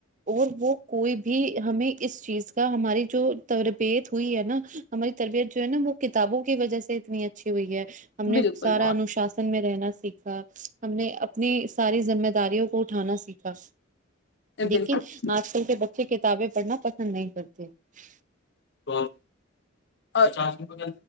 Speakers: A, on the right; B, on the left.
A: اور وہ کوئی بھی ہمیں اس چیز کا ہماری جو ت ربیت ہوئی ہے نا ہماریے تریت جو ہے نا وہ کتابوں کی وجہ سے اتنی اچھی ہوئی ہے ہم نے
B: بالکل
A: سارا انوشاسن میں رہنا سیکھا ہم نے اپنی ساری ذمہ داریوں کو اٹھانا سیکھا لیکن
B: بالکل
A: آج کل کے بچے کتابیں پڑھنا پسند نہیں کرتے ٹھ
B: <inaudible> اور چ